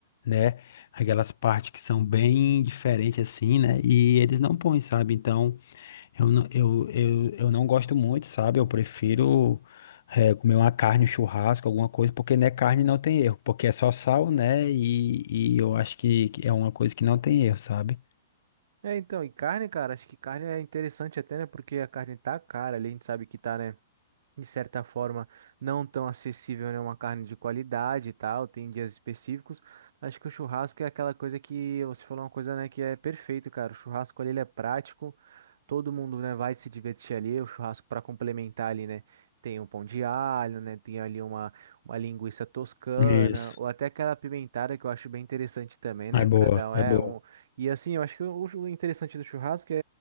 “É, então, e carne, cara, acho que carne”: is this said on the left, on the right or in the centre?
Right